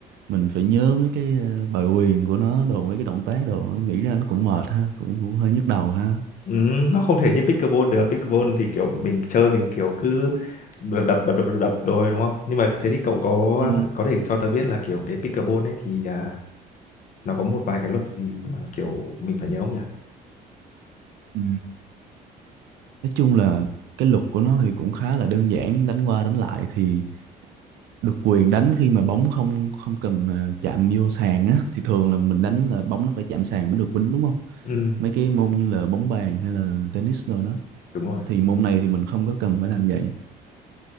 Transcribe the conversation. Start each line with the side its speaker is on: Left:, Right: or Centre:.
Right: mình phải nhớ mấy cái ờ, bài quyền của nó đồ mấy cái động tác đồ nghĩ ra nó cũng mệt ha cũng cũng hơi nhức đầu ha
Left: Ừ, nó không thể như pickleball được pickleball thì kiểu mình chơi mình kiểu cứ đập đập đập đập đập rồi đúng không nhưng mà thế thì cậu có
Right: ừ.
Left: có thể cho tớ biết là kiểu cái pickleball ấy thì à, nó có một vài cái luật gì mà kiểu mình phải nhớ không nhỉ
Right: Ừ. nói chung là cái luật của nó thì cũng khá là đơn giản đánh qua đánh lại thì được quyền đánh khi mà bóng không không cần ờ, chạm vô sàn á thì thường là mình đánh là bóng nó phải chạm sàn mới được quýnh đúng không
Left: ừ
Right: mấy cái môn như là bóng bàn hay là tennis rồi đó
Left: đúng rồi
Right: thì môn này thì mình không có cần phải làm vậy